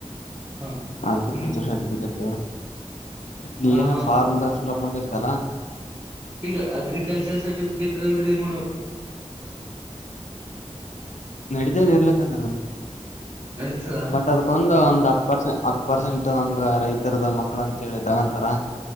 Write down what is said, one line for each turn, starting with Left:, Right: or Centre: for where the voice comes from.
Right: ಹಾ
Left: ಆ
Right: ಹ್ಮ್
Left: ಸರಫಿಕಟ್ <unintelligible> ಟ ನೀನ್
Right: ಹಾ ಹಾ
Left: ಫಾರ್ಮದಫಲಪ್ ಮೆ ತಲ್ಲಾ
Right: ಈಗ ಅಗ್ರಿಕಲ್ಚರ್ ಸರ್ಟಿಫಿಕೇಟ್ ಇರಲ್ರಿ ಏನ್ ಮಾಡ್ಬೇಕ್
Left: ನಡತದ್ ಇರ್ಲಕ್ಕ ಅಂದ್ರ ನ
Right: ನಡೀತದ
Left: ಬಟ್ ಅದ್ಕೊಂದು ಒಂದ್ ಹತ್ತ್ ಪರ್ಸೆಂಟ್ ಹತ್ತ್ ಪರ್ಸೆಂಟ್ ಹಂಗ್ ರೈತರದ ಮಕ್ಕಳ ಅಂತೇಳಿ ತಗೊಂತಾರ